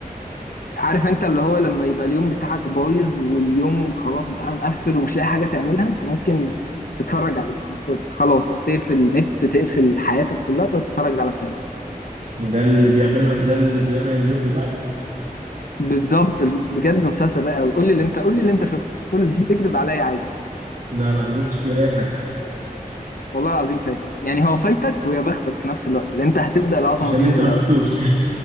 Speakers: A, on the left; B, on the right.
A: عارف انت اللي هو لما يبقى اليوم بتاعك بايظ واليوم خلاص بقى مقفل ومش لاقي حاجة تعملها انت ممكن تتفرج عليه انت خلاص بقى تقفل النت تقفل حياتك كلها تقعد تتفرج على فريندز
B: ده اللي بيعمل لك ده اللي بيعمل اليوم بتاعك
A: بالظبط بجد مسلسل رائع قوي قول لي اللي انت قول لي اللي انت شفته قول لي <laughs> اكذب عليا عادي
B: لا لا ما شفتش فيه اي حاجه
A: والله العظيم فايتك يعني هو فايتك ويا بختك في نفس الوقت لان انت هتبدا العظمه
B: عشان
A: دي
B: لسه
A: من الاول
B: ما شفتوش